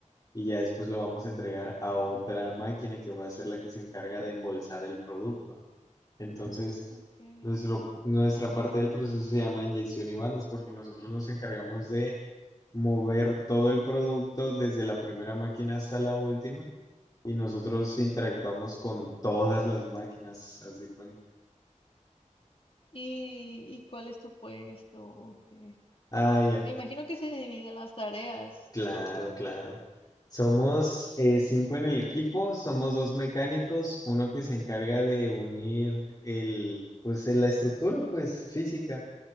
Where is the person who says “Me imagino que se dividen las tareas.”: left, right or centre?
Left